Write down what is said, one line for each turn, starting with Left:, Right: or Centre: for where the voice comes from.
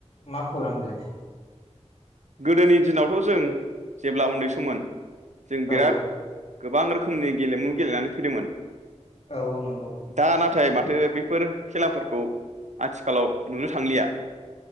Left: मा खौरां बेलाय?
Right: गोदोनि दिनावथ' जों जेब्ला उन्दै सममोन जों
Left: औ
Right: बिराद गोबां रोखोमनि गेलेमु गेलेनानै फैदोंमोन
Left: औ औ नंगौ
Right: दा नाथाय माथो बे बेफोर खेलाफोरखौ आथिखालाव नुनो थांलिया।